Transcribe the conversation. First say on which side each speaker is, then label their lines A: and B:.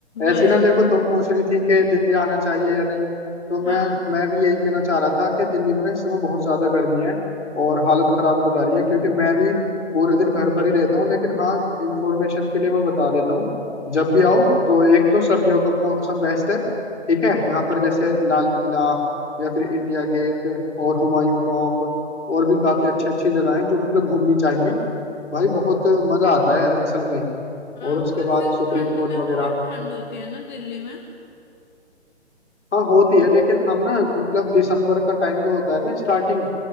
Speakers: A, on the left; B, on the left.
A: वही
B: ऐसी ना देखो तुम पूछ रही थी कि दिल्ली आना चाहिए या नहीं तो
A: हाँ
B: मैं मैं भी यही कहना चाह रहा था कि दिल्ली में ना इस समय बहुत ज्यादा गर्मी है और हालत खराब हो जा रही है क्योंकि मैं भी पूरे दिन घर पर ही रहता हूँ लेकिन हाँ इंफॉर्मेशन के लिए मैं बता देता हूँ जब भी आओ तो एक तो सर्दियों का मौसम बेस्ट है ठीक है यहाँ पर जैसे लाल किला या फिर इंडिया गेट और हुमायूं टॉम्ब और भी काफी अच्छी अच्छी जगह हैं जो मतलब घूमनी चाहिए भाई बहुत मजा आता है असल में
A: आ,
B: और उसके
A: पर फिर
B: बाद सुप्रीम
A: ठंड
B: कोर्ट
A: में
B: वगैरह
A: बहुत ठंड होती है ना दिल्ली में
B: हाँ होती है लेकिन हम ना मतलब दिसंबर का टाइम जो होता है ना स्टार्टिंग